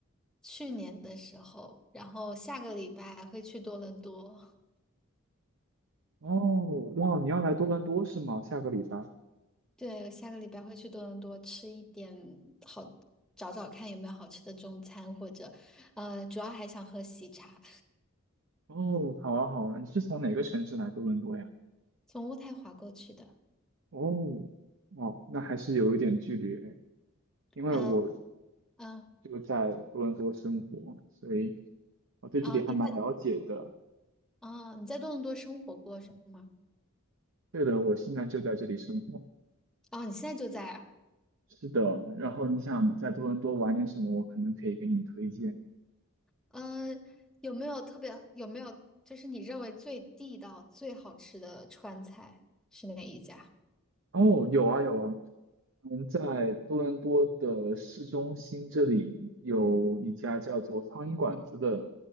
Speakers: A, in the centre; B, on the right.
A: 去年的时候，然后下个礼拜会去多伦多。
B: 哦，哇，你要来多伦多是吗？下个礼拜。
A: 对，下个礼拜会去多伦多吃一点好，找找看有没有好吃的中餐，或者，呃，主要还想喝喜茶，
B: 哦，好啊，好啊，你是从哪个城市来多伦多呀？
A: 从渥太华过去的。
B: 哦，哦，那还是有一点距离诶，因为我
A: 嗯嗯，
B: 就在多伦多生活，所以我对这里还蛮了解的。
A: 啊，你在啊，你在多伦多生活过是吗？
B: 对的，我现在就在这里生活。
A: 啊，你现在就在啊？
B: 是的，然后你想在多伦多玩点什么，我可能可以给你推荐。
A: 嗯，有没有特别有没有就是你认为最地道、最好吃的川菜是哪一家？
B: 哦，有啊有啊，嗯，在多伦多的市中心这里有一家叫做苍蝇馆子的